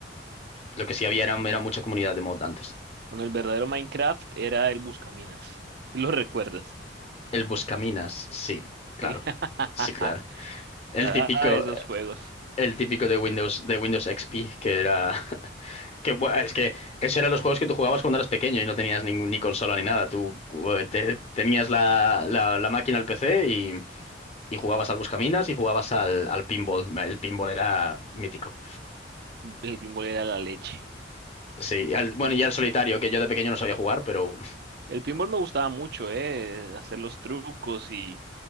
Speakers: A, on the left; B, on the right.
A: lo que sí había era, era mucha comunidad de mod antes.
B: Cuando el verdadero Minecraft era el Buscaminas. <laughs> Si lo recuerdas.
A: El buscaminas, sí,
B: Sí.
A: claro.
B: <laughs>
A: Sí, claro. El
B: Ah,
A: típico,
B: esos juegos.
A: El típico de Windows, de Windows XP, que era. <laughs> Que, bueno, es que eso eran los juegos que tú jugabas cuando eras pequeño y no tenías ningún- ni consola ni nada. Tú eh, te- tenías la, la- la máquina al PC y, y jugabas al Buscaminas y jugabas al, al pinball. El pinball era mítico.
B: El pinball era la leche.
A: Sí, al- bueno, y al solitario, que yo de pequeño no sabía jugar, pero
B: El pinball me gustaba mucho, ¿eh? Hacer los trucos y,